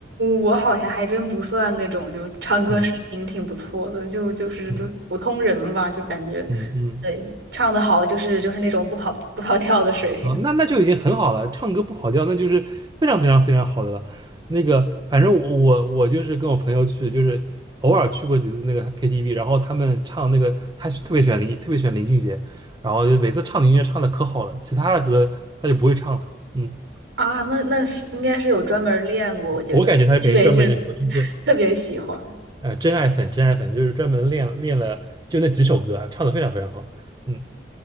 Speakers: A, on the right (about 80°); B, on the right (about 25°).
A: 我好像还真不算那种，就唱歌水平挺不错的，
B: 嗯
A: 就就是就普通人吧，
B: 嗯
A: 就感觉，
B: 嗯嗯。
A: 对，唱得好就是就是那种不跑不跑调的水平
B: 啊，那那就已经很好了，唱歌不跑调，那就是非常非常非常好的了。那个，反正我我我就是跟我朋友去，就是偶尔去过几次那个 KTV，然后他们唱那个，他是特别喜欢林，特别喜欢林俊杰，然后就每次唱林俊杰唱的可好了，其他的歌他就不会唱了。嗯，
A: 啊，那那是应该是有专门儿练过，我觉得，
B: 我感觉他肯定专门练过，
A: 因为是
B: 就是
A: 特别喜欢，
B: 呃真爱粉，真爱粉就是专门练练了就那几首歌啊，唱的非常非常好。嗯